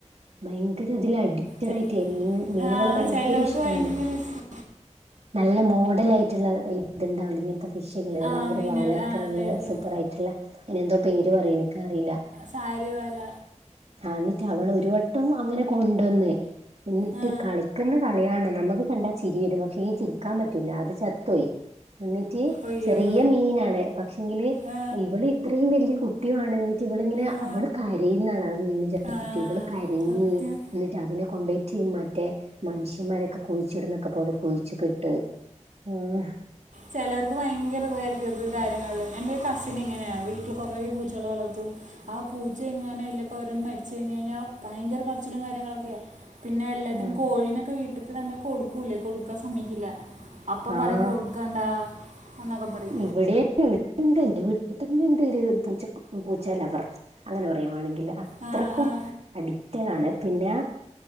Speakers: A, on the right; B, on the right.
A: ഭയങ്കര അതില് അഡിക്റ്റഡ
B: ചെ-
A: ആയിട്ടേ മീ മീനുകളെ
B: ആ,
A: ഭയങ്കര
B: ചിലവർക്ക്
A: ഇഷ് ടാണ്
B: ഭയങ്കര ഇഷ്ടം
A: നല്ല മോഡലായിട്ടുള്ള ഇ ഇത്ണ്ടാവ് ലെ ഇങ്ങൻത്തെ ഫിഷുകള്
B: ആ
A: ഭയങ്കര
B: മീനുകൾ
A: വാലൊക്കെ
B: ആ
A: നല്ല
B: ഉണ്ടായിരിക്കും
A: സൂപ്പർ ആയിട്ടുള്ള അതിന് എന്തോ പേര് പറയും എനിക്കറിയില്ല
B: സാരീ വാല
A: ആഹ് എന്നിട്ട് അവള് ഒരുവട്ടം അങ്ങനെ കൊണ്ടുന്ന് എന്നിട്ട്
B: ആ,
A: കളിക്കുന്ന കളിയാണ് നമുക്ക് കണ്ടാൽ ചിരി വരും പക്ഷെ ഈ ചിരി നിക്കാൻ പറ്റൂല അത് ചത്തോയി എന്നിട്ട്
B: അയ്യോ
A: ചെറിയ മീനാണ് പക്ഷെങ്കില്
B: ആ,
A: ഇവള് ഇത്രയും വലിയ കുട്ടിയാണെന്ന് ഇവളിങ്ങനെ
B: ആ,
A: അവള് കരയുന്നാണ് ആഹ് മീന് ചത്തിട്ട്
B: ആ,
A: ഇവള് കരഞ്ഞ്
B: സത്യം
A: എന്നിട്ട് അതിനെ കൊണ്ടോയിട്ട് മറ്റേ മനുഷ്യന്മാരൊക്കെ കുഴിച്ചിടുന്നൊക്കെ പോലെ കുഴിച്ചു ഒക്കെ ഇട്ട് ആഹ്
B: ചെലോർക്ക് ഭയങ്കര ഇതായിരിക്കും ഇത് കാര്യങ്ങളില് എന്റെ ഒരു കസിന് ഇങ്ങനെയാ വീട്ടില് കുറെ പൂച്ചകളെ വളർത്തും ആഹ് പൂച്ച എങ്ങാനും അയിലേക്കെ ഓരോന്ന് മരിച്ച് കഴിഞ്ഞ് കഴിഞ്ഞാ ഭയങ്കര കരച്ചിലും കാര്യങ്ങളൊക്കെയാ പിന്നെ എല്ലാത്തിനും
A: ആ
B: കോഴീനൊക്കെ വീട്ടത്ത് നമ്മള് കൊടുക്കൂല്ലേ കൊടുക്കാൻ സമ്മയിക്കില്ല അപ്പൊ
A: ആഹ്
B: പറയും കൊടു ക്കണ്ടാ എന്നൊക്കെ പറയും
A: ഇവിടെ ഇവിടെണ്ട് എന്റെ വീട്ടിൽ തന്നെ ഉണ്ട് പൂച്ചക്ക പൂച്ചാ ലവർ അങ്ങനെ പറയുവാണെങ്കില് അത്രക്കും
B: ആ ആ
A: അഡിക്റ്റഡ് ആണ് പിന്നെ